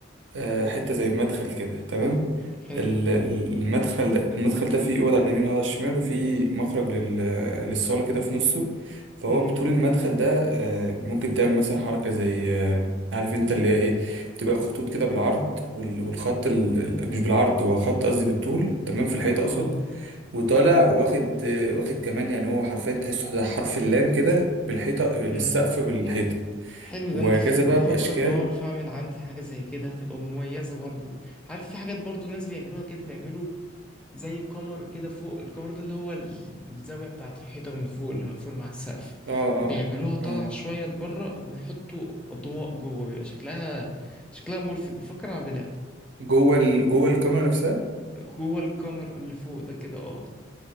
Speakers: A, on the right; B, in the centre.
A: آه، حتة زي مدخل كده تمام
B: حلو
A: ال- ال- المدخل ده المدخل ده فيه اوض على اليمين واوضه على الشمال وفيه مخرج لل... للصاله كده في نصه فهو
B: مهم.
A: بطول المدخل ده آه، ممكن تعمل مثلا حركه زي آه، عارف انت اللي هي ايه تبقى خطوط كده بالعرض وال- والخط ال... ال- مش بالعرض هو خط قصدي بالطول تمام في الحيط
B: اه
A: اقصد وطالع واخد آه، واخد كمان يعني هو حرفيا تحسه زي حرف اللام كده بالحيطه للسقف
B: مم.
A: بالحيطه
B: حلو
A: وهكذا
B: ده انت خليتني
A: بقى
B: افكر
A: باشكال
B: لو اعرف اعمل عندي حاجة زي كده هتبقى مميزة برضو عارف في حاجات برضو ناس بيعملوها كده بيعملوا زي قمر كده فوق القمر ده اللي هو ال- الزاوية بتاعة الحيطة من فوق اللي مقفول مع السقف
A: اه
B: بيعملوها
A: اه
B: طالعة
A: اه
B: شوية لبره ويحطوا أضواء جوه بيبقى شكلها شكلها ملفت بفكر أعملها
A: جوه ال... جوه الكاميرا نفسها
B: جوه الكاميرا اللي فوق ده كده اه